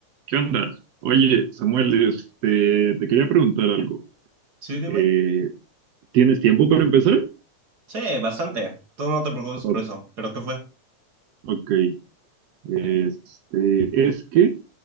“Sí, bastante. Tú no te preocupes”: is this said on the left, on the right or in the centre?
Right